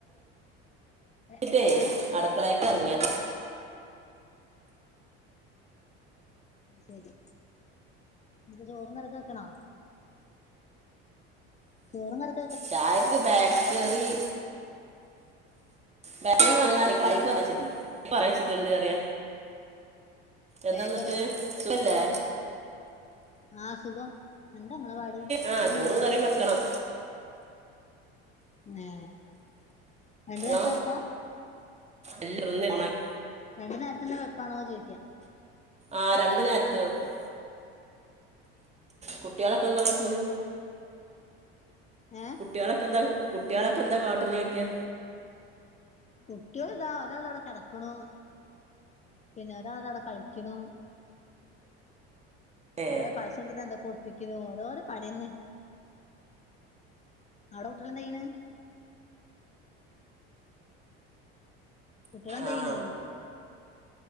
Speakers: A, on the left; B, on the right.
A: ഏഹ്
B: ിട്ടേ
A: ഏഹ്
B: അടക്കളയക്കെ ഇറങ്ങിയ
A: അ ശരി ഇപ്പ ചോറും കറിക്കൊ വെക്കണോ? ചോറും കറി -
B: ചായക്ക് ബേക്കറി -
A: ഉ
B: ബാറ്റ വാങ്ങ കച്ചിട്ടുണ്ട്യച്ചിട്ടുണ്ട് അറിയ എന്താന്നിട്ട്
A: ബേക്കറിയോ
B: ഇല്ലേ
A: ആഹ അ സുഖം എന്താ നിങ്ങളെ പാട്
B: ആ
A: ഒഴപ്പന്നില്ലല്ലോ
B: ചോറും കറിയും വെക്കണം
A: ഏ രണ്ട നോത്താപ്പാ
B: ആ എല്ലാം ഒന്ന് ഓണാക്കി
A: രണ്ടു നേരത്തിന്റെ വെപ്പാണോ ചോദിക്കാ?
B: ആ രണ്ടു നേരത്ത വെക്കും. കുട്ടികളൊക്കെ എന്താ കാട്ടെ
A: ഏഹ്
B: കുട്ടികളൊക്കെന്താ കുട്ടികളൊക്കെ എന്താ കാട്ടൻോക്കാ?
A: കുട്ടികള് ഇതാ ഒരാള് ഇവിടെ കിടക്കണ് പിന്നെ ഒരാള് അതാ അവിടെ കളിക്കണ്
B: ഏ
A: ഒരാള് പശ എടുത്തിട്ട് എന്തൊക്കെയൊ ഒട്ടിക്കുന്നു ഓരോരോ പണി തന്നെ അവിടെ കുട്ടികൾ എന്നാ ചെയ്യണ് കുട്ടികൾ എന്താ
B: ആ
A: ചെയ്യണത്